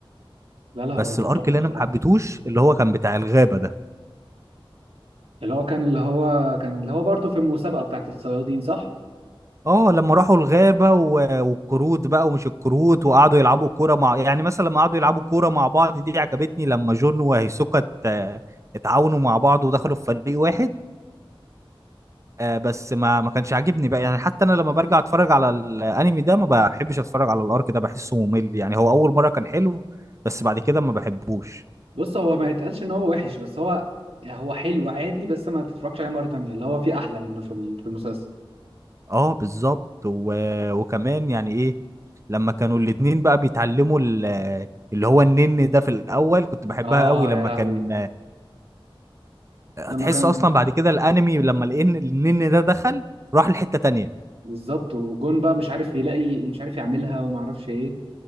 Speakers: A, on the right; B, on the right.
A: لا لا هو
B: بس
A: كان
B: الارك
A: تحفة
B: اللي
A: بصراحة
B: انا ما حبيتهوش اللي هو كان بتاع الغابه ده
A: اللي هو كان اللي هو كان اللي هو برضه في المسابقة بتاعت الصيادين صح؟
B: اه لما راحوا الغابة و... والكروت بقى ومش الكروت وقعدوا يلعبوا كورة مع يعني مثلا لما قعدوا يلعبوا كورة مع بعض دي عجبتني لما جون وهيسوكا ات- اتعاونوا مع بعض ودخلوا في فريق واحد آه، بس ما ما كانش عاجبني بقى يعني حتى انا لما برجع اتفرج على الانمي ده ما بحبش اتفرج على الارك ده بحسه ممل يعني هو اول مرة كان حلو بس بعد كده ما بحبوش
A: بص هو ما يتقالش ان هو وحش بس هو هو حلو عادي بس ما تتفرجش عليه مره تانية اللي هو في احلى منه في ال- في المسلسل
B: اه بالظبط و... وكمان يعني ايه لما كانوا الاتنين بقى بيتعلموا ال... اللي هو النن ده في الاول كنت بحبها
A: اه
B: قوي لما
A: يا لهوي
B: كان
A: لما
B: تحس
A: كان
B: اصلا بعد كده الانمي لما الان النن ده دخل راح لحتة تانية
A: بالظبط وجون بقى مش عارف يلاقي مش عارف يعملها وما اعرفش ايه